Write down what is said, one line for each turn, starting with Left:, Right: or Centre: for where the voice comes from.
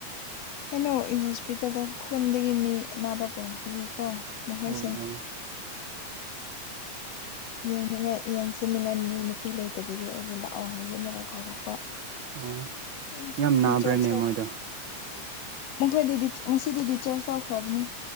Left: ꯀꯩꯅꯣ ꯑꯩ ꯍꯣꯁꯄꯤꯇꯥꯜꯗ ꯈꯨꯟꯗꯒꯤ ꯃꯤ ꯑꯅꯥꯕ ꯄꯨꯔꯛꯄꯒꯤ ꯀꯣ ꯃꯍꯣꯏꯁꯤꯝ
Right: ꯑꯣ ꯑꯣ
Left: ꯌꯦꯡꯅꯤꯡꯉꯥꯏ ꯌꯦꯡꯁꯤꯟꯅꯤꯡꯉꯥꯏ ꯃꯤ ꯅꯨꯄꯤ ꯂꯩꯇꯕꯒꯤ ꯑꯩꯕꯨ ꯂꯥꯛꯑꯣ ꯍꯥꯏꯕꯒꯤ ꯑꯃꯨꯛꯀ ꯀꯧꯔꯛꯄ
Right: ꯑꯣ
Left: ꯉꯁꯤꯗꯤ
Right: ꯌꯥꯝ
Left: ꯗꯤꯁꯆꯥꯔ꯭ꯖ
Right: ꯅꯥꯕ꯭ꯔꯅꯦ
Left: <unintelligible>
Right: ꯃꯣꯏꯗꯣ
Left: ꯃꯈꯣꯏꯗꯤ ꯗꯤ ꯉꯁꯤꯗꯤ ꯗꯤꯁꯆꯥꯔꯆ ꯇꯧꯈ꯭ꯔꯕꯅꯦ